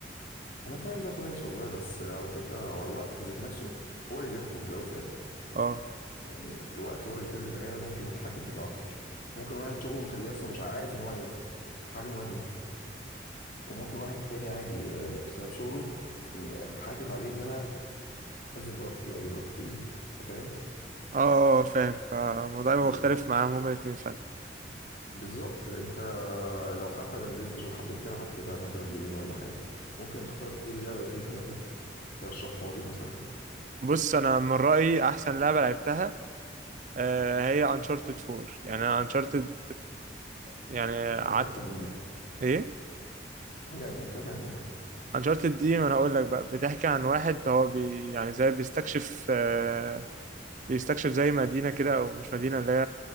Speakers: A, on the left (about 50°); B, on the right (about 45°).
A: انا فاهم ده كويس والله بس على فكرة هو الوقت ذات نفسه هو اللي بيحكم في الاول وفي الاخر
B: اه
A: يعني الوقت هو اللي بيخلي البني ادم ممكن متحكم في ده اكتر ممكن واحد شغله مخليه اصلا مش عارف ان هو ينزل في حاجة مهمة وممكن واحد تاني عادي آه، بسبب شغله م- حاكم عليه ان انا انزل براحتي اجي براحتي انت فاهم
B: اه فاهم فالموضوع يبقى
A: انت
B: مختلف معاهم هما الاثنين فعلا
A: بالظبط انت لو حتى ما نزلتش وحبيت تلعب كده مثلا جيمين ولا حاجه ممكن تختار ايه اللعبه اللي بتيجي في دماغك ترشحها لي مثلا
B: بص انا من رايي احسن لعبه لعبتها آه، هي انشارتد 4 يعني انا انشارتد يعني
A: طب بتاعت-
B: قعدت
A: بتحكي عن ايه دي
B: ايه
A: بتحكي عن ايه بتحكي عن ايه
B: انشارتد دي ما انا اقول لك بقى بتحكي عن واحد هو بي يعني زي بيستكشف آه، بيستكشف زي مدينه كده او مش مدينه اللي هي